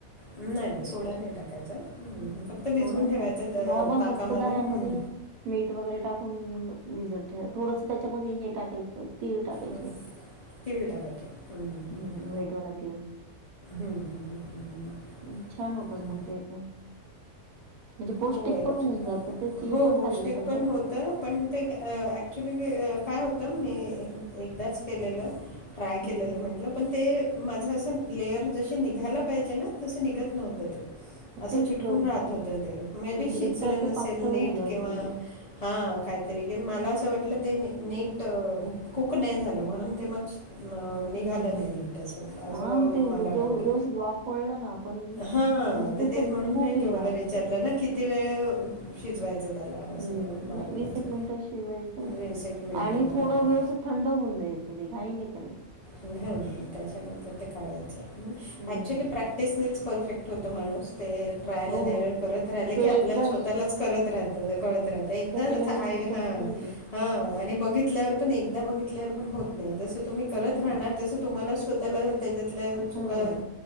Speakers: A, on the left; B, on the right.
A: नाही. नाही. सोडा नाही टाकायचा.
B: हं,
A: फक्त
B: सोडा
A: भिजवून
B: नाही
A: ठेवायचं
B: टाकायचा.
A: ए
B: नॉर्मल
A: ताकामध्ये.
B: फक्त दह्यामध्ये
A: हं.
B: मीठ वगैरे टाकून भिजत ठेवा. थोडस त्याच्यामध्ये हे टाकायचं. तीळ टाकायचे.
A: हम्म. तीळ टाकायचे हम्म, हम्म,
B: हम्.
A: हम्म.
B: व्हाईटवाला तीळ.
A: हम्म, हम्म, हम्म,
B: अं. छान होतात
A: हम्म.
B: मग ते पण. म्हणजे पौष्टिक
A: हो. अक्चुली.
B: पण होऊन जातं. ते तीळ
A: हो
B: पण
A: पौष्टिक
B: खाल्लं जातं.
A: पण होतं- पण ते अ ऍक्च्युली काय होतं? मी अ एकदाच केलेलं- ट्राय
B: हं,
A: केलेलं
B: हं.
A: म्हटलं. पण ते- माझं असं लेयर जशी निघायला पाहिजे ना? तस निघत नव्हतं ते.
B: मग
A: असं
B: तेच
A: चिटकून
B: ब
A: राहत होत ते. मे बी
B: बेटर
A: शिजलं
B: ते
A: नसेल
B: पातळ
A: नीट
B: झालं
A: किंवा-
B: असेल ते.
A: हा. काहीतरी. मला असं वाटलं की ते नीट कूक नाही झालं. म्हणून ते मग - म निघालं
B: हं, हं.
A: नाही नीट. असं
B: हां, मग ते
A: मला
B: जेव
A: वाटतं.
B: व्यवस्थित वाफवलं ना आपण
A: हं.
B: म्हणजे
A: त
B: त्याच
A: तेच म्हणून
B: खूप
A: मी
B: हे
A: तुम्हाला
B: राहत
A: विचारलं
B: ते
A: ना किती वेळ अ शिजवायचं? त्याला असं
B: हं.
A: वाफवायचं
B: नाहीं वीस एक मिनिट शिजवायचं.
A: वीस एक मिनटं
B: आणि थोडा
A: हां
B: वेळ असं थंड होऊन द्यायचं. ते घाई नाही करायची.
A: घेउन त्याच्यानंतर ते काढायचं.
B: हम्म
A: ऍक्च्युली प्रॅक- -क्टिसनेच परफेक्ट होतो माणूस. ते ट्रायल
B: हो
A: अँड एरर करत राहिल
B: ते
A: की आपल्याला
B: एकदा
A: स्वतः- -लाच करत राहत. कळत राहत. एकदा
B: केल्याने
A: अस आय
B: होतच
A: हा.
B: नाही ते
A: हा. आणि बघितल्यावर, पण एकदा बघितल्यावर पण होत नाही. जसं तुम्ही करत
B: नाही होत
A: राहणार तस- तुम्हाला स्वतःला त्याच्यातल्या चुका
B: ह